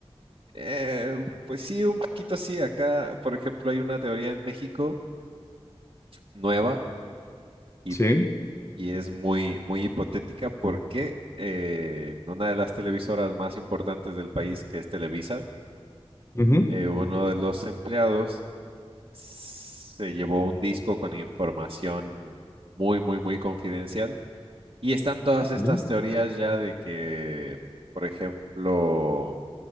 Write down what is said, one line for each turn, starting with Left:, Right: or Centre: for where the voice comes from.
Right: Eh, pues sí, un poquito sí. Acá, por ejemplo, hay una teoría en México nueva y,
Left: Sí.
Right: y es muy, muy hipotética porque eh, en una de las televisoras más importantes del país, que es Televisa,
Left: Ujú.
Right: eh, uno de los empleados se llevó un disco con información muy, muy, muy confidencial. Y están todas estas
Left: Ujú.
Right: teorías ya de que, por ejemplo,